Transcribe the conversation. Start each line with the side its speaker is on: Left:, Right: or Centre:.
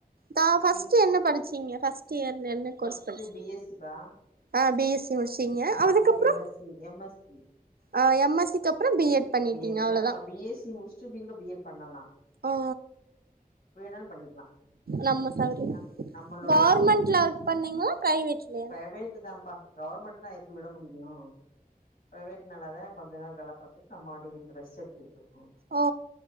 Right: தா ஃபஸ்ட்டு
Left: பி
Right: என்ன படிச்சீங்க ஃபஸ் ட்டு என் என்ன
Left: ஃபஸ்ட்டு
Right: கோர்சு படிச்
Left: பி எஸ் சி பா
Right: ஆ பி எஸ் த்து முட்ச்சீங்க
Left: அடுத்து
Right: அதுக்கப்றோ
Left: M S C M S C
Right: அ எம் எஸ் சி க்கு அப்றோ பி எட் பண்ணிட்டீங்க
Left: பி எட்டு
Right: அவ்ளோதா
Left: அ நம்ம பி எஸ் சி முடிச்சட்டு கூட பி எட் பண்ணலா
Right: ஆ
Left: வேணால் பண்ணிக்கலா
Right: நம்ம சௌரி
Left: ஆ நம்மளோட
Right: கவர்மெண்ட்ல
Left: இது
Right: ஒர்க் பண்ணீங்ளா பிரைவேட்லயா
Left: பிரைவேட்டு தாப்பா கவர்மெண்ட்னா எப்டி விட முடியு பிரைவேட்னால தா கொஞ்ச நாள் வேலை பாத் துட் நம்மாட்டு இருந்து ரெஸ்ட் எடுத்துட்ருக்கோ
Right: ஓ